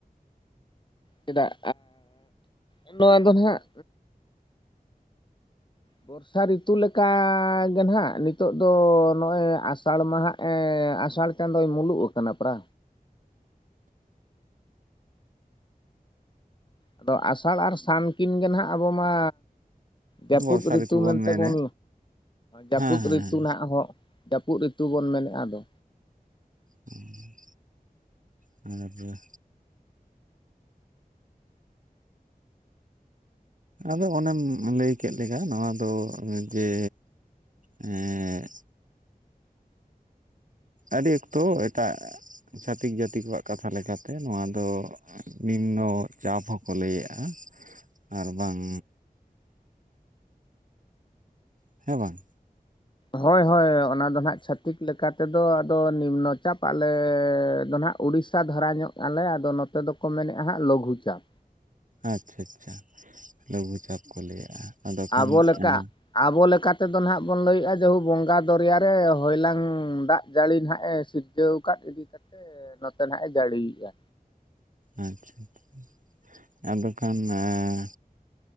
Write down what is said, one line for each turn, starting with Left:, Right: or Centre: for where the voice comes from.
Left: ᱪᱮᱫᱟᱜ ᱮᱸᱻ ᱱᱚᱣᱟ ᱫᱚ ᱱᱟᱦᱟᱜ ᱵᱚᱨᱥᱟ ᱨᱤᱛᱩ ᱞᱮᱠᱟ ᱜᱮ ᱱᱟᱦᱟᱜ ᱱᱤᱛᱚᱜ ᱫᱚ ᱱᱚᱜ-ᱚᱭ ᱟᱥᱟᱲ ᱢᱟᱦᱟᱸᱜ ᱮᱸᱻ ᱟᱥᱟᱲ ᱪᱟᱸᱫᱚᱭ ᱢᱩᱞᱩᱜ ᱟᱠᱟᱱᱟ ᱯᱟᱨᱟ᱾ ᱟᱫᱚ ᱟᱥᱟᱲ ᱟᱨ ᱥᱟᱱ ᱠᱤᱱ ᱜᱮ ᱱᱟᱦᱟᱜ ᱟᱵᱚ ᱢᱟ ᱡᱟᱹᱯᱩᱫ
Right: ᱵᱚᱨᱥᱟ
Left: ᱨᱤᱛᱩ
Right: ᱵᱚᱱ
Left: ᱢᱮᱱᱛᱮᱵᱚᱱ,
Right: ᱢᱮᱱᱮᱫ
Left: ᱡᱟᱹᱯᱩᱫ
Right: ᱦᱮᱸ ᱦᱮᱸ
Left: ᱨᱤᱛᱩ ᱱᱟᱜ ᱦᱚᱸ ᱡᱟᱹᱯᱩᱫ ᱨᱤᱛᱩ ᱵᱚᱱ ᱢᱮᱱᱮᱜ-ᱟ ᱟᱫᱚ᱾
Right: ᱦᱩᱸ᱾ ᱦᱩᱸ ᱦᱩᱸ᱾ ᱟᱫᱚ ᱚᱱᱮᱢ ᱞᱟᱹᱭ ᱠᱮᱫ ᱞᱮᱠᱟ ᱱᱚᱣᱟ ᱫᱚ ᱡᱮ, ᱮᱸᱜ ᱟᱹᱰᱤ ᱚᱠᱛᱚ ᱮᱴᱟᱜ ᱪᱷᱟᱹᱛᱤᱠ ᱡᱟᱹᱛᱤ ᱠᱚᱣᱟᱜ ᱠᱟᱛᱷᱟ ᱞᱮᱠᱟᱛᱮ ᱱᱚᱣᱟ ᱫᱚ ᱱᱤᱢᱱᱚ ᱪᱟᱯ ᱦᱚᱸᱠᱚ ᱞᱟᱹᱭᱮᱜ-ᱟ ᱟᱨ ᱵᱟᱝ ᱦᱮᱸ ᱵᱟᱝ?
Left: ᱦᱳᱭ ᱦᱳᱭ ᱚᱱᱟ ᱫᱚ ᱱᱟᱦᱟᱜ ᱪᱷᱟᱹᱛᱤᱠ ᱞᱮᱠᱟᱛᱮᱫᱚ ᱟᱫᱚ ᱱᱤᱢᱱᱚ ᱪᱟᱯ ᱟᱞᱮ ᱫᱚ ᱱᱟᱦᱟᱜ, ᱩᱲᱤᱥᱥᱟ ᱫᱷᱟᱨᱟ ᱧᱚᱜ ᱟᱞᱮ ᱟᱫᱚ ᱱᱚᱛᱮ ᱫᱚᱠᱚ ᱢᱮᱱᱮᱫ ᱟ ᱦᱟᱸᱜ ᱞᱚᱜᱷᱩ ᱪᱟᱯ᱾
Right: ᱟᱪᱪᱷᱟ ᱪᱪᱪᱷᱟ, ᱞᱚᱜᱷᱩ ᱪᱟᱯ ᱠᱚ ᱞᱟᱹᱭᱟᱜᱼᱟ ᱟᱫᱚ
Left: ᱟᱵᱚ
Right: ᱠᱷᱟᱱ
Left: ᱞᱮᱠᱟ
Right: ᱮᱸ,
Left: ᱟᱵᱚ ᱞᱮᱠᱟᱛᱮᱫᱚ ᱱᱟᱦᱟᱜ ᱵᱚᱱ ᱞᱟᱹᱭᱮᱫᱼᱟ ᱡᱮᱦᱩ ᱵᱚᱸᱜᱟ ᱫᱚᱨᱭᱟ ᱨᱮ ᱦᱚᱭᱞᱟᱝ ᱫᱟᱜ ᱡᱟᱹᱲᱤ ᱱᱟᱦᱟᱜ ᱮ ᱥᱤ, ᱡᱟᱹᱣ ᱠᱟᱫ ᱤᱫᱤ ᱠᱟᱛᱮ ᱱᱚᱛᱮ ᱱᱟᱜ ᱮ ᱡᱟᱲᱤᱭᱮᱜᱼᱟ᱾
Right: ᱟᱪᱪᱷᱟ ᱟᱪᱪᱷᱟ, ᱟᱫᱚ ᱠᱷᱟᱱ ᱮᱸ,